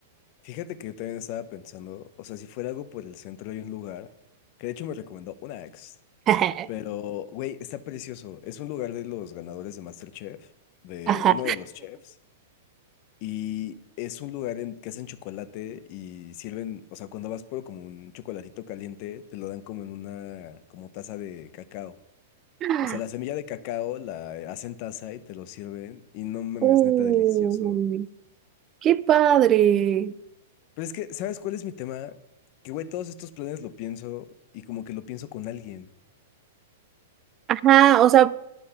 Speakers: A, on the left; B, on the right.
A: Fíjate que yo también estaba pensando, o sea, si fuera algo por el centro hay un lugar, que de hecho me recomendó una ex,
B: <laughs>
A: pero, güey, está precioso. Es un lugar de los ganadores de MasterChef, de
B: Ajá.
A: uno de los chefs. Y es un lugar en que hacen chocolate y sirven, o sea, cuando vas por como un chocolatito caliente, te lo dan como en una, como taza de cacao.
B: <laughs>
A: O sea, la semilla de cacao la eh, hacen taza y te lo sirven y no mames,
B: Uy,
A: neta delicioso.
B: qué padre.
A: Pero es que, ¿sabes cuál es mi tema? Que, güey, todos estos planes lo pienso y como que lo pienso con alguien.
B: Ajá, o sea,